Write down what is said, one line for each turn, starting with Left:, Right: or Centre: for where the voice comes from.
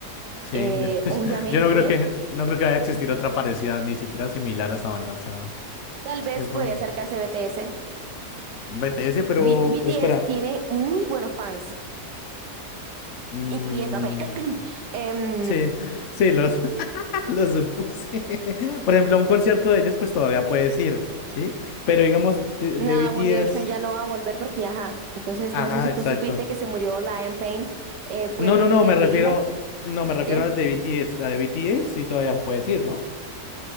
Left: Sí,
Right: Eh,
Left: yo, <laughs>
Right: obviamente,
Left: yo no creo que, no creo que vaya a existir otra parecida, ni siquiera similar a esta banda. O sea,
Right: tal
Left: es
Right: vez
Left: que fue
Right: podría
Left: un
Right: acercarse BTS.
Left: un BTS, pero
Right: B- BTS
Left: espera.
Right: tiene muy buenos fans,
Left: Mm,
Right: incluyéndome. <clears throat> Em,
Left: sí, sí, los, <laughs> los supuse. <laughs> Por ejemplo, a un concierto de ellos, pues todavía puedes ir, ¿sí? Pero digamos, de,
Right: Nada,
Left: de BTS.
Right: One Direction ya no va a volver porque, ajá. Entonces,
Left: Ajá,
Right: no sé si tú
Left: exacto.
Right: supiste que se murió Liam Payne. eh, fue
Left: No,
Right: el peor
Left: no, no,
Right: día
Left: me
Right: de
Left: refiero.
Right: mi vida.
Left: No, me refiero
Right: ¿Qué?
Left: al de BTS. A de BTS sí todavía puedes ir, ¿no?